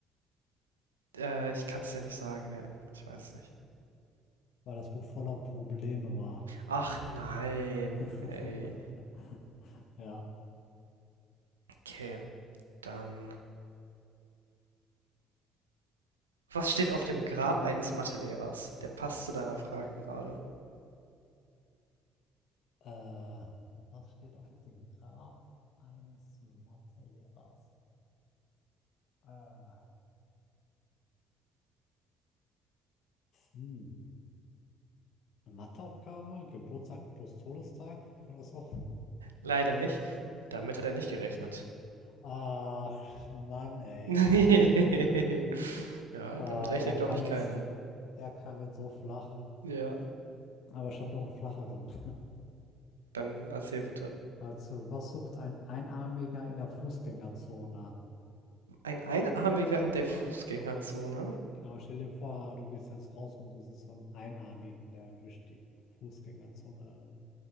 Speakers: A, on the right; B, on the left.
A: äh, ich kann es dir nicht sagen, ne. Ich weiß es nicht.
B: weil das Buch voller Probleme war.
A: Ach nein,
B: <laughs>
A: ey.
B: Ja.
A: Okay, dann. Was steht auf dem Grab eines Mathelehrers? Der passt zu deiner Frage gerade.
B: Äh, was steht auf dem Grab eines Mathelehrers? Äh, hm. Eine Matheaufgabe, Geburtstag plus Todestag oder so.
A: Leider nicht. Damit hat er nicht gerechnet.
B: Ach, Mann, ey.
A: <laughs>
B: <laughs>
A: Ja,
B: Äh,
A: damit rechnet,
B: der kam
A: glaube ich,
B: jetzt,
A: keiner.
B: der kam jetzt so flach.
A: Ja,
B: Aber ich habe noch einen flacheren.
A: dann erzähl bitte.
B: Dazu, was sucht ein Einarmiger in der Fußgängerzone?
A: Ein Einarmiger in der Fußgängerzone.
B: Genau, stell dir vor, du gehst jetzt raus und du siehst so einen Einarmigen, der durch die Fußgängerzone